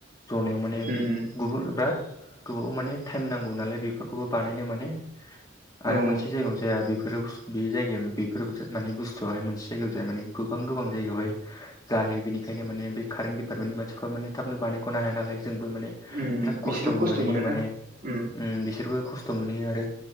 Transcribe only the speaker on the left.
जनायाव माने
गुबुर ब्राद गोबाव माने टाइम नांगौ नालाय बेफोरखौबो बानायनो माने
आरो मोनसे जायगायावनो जाया बे बेफोराव बे जायगायाव बेफोर माने बुस्थुवाहाय मोनसे जायगायाव जाया माने गोबां गोबां जायगायावहाय जाहायो बेनिखायनो माने बे कारेन्ट दिपार्टमेन्टनि मानसिफ्रा माने थाबनो बानायख'नो हाया नालाय जोंबो माने
बिराद
खस्थ'बो
मोनहैयो
माने
बिसोरबो खस्थ' मोनहैयो आरो